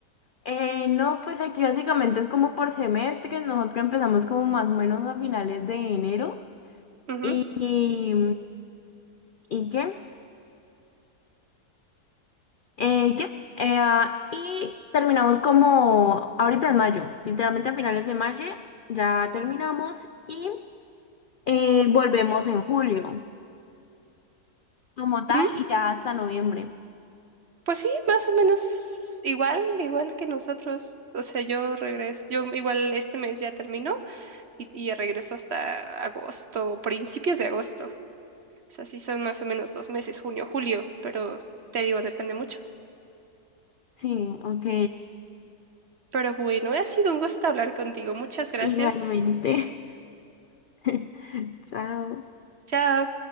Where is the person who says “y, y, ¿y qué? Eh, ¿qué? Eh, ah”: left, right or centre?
Left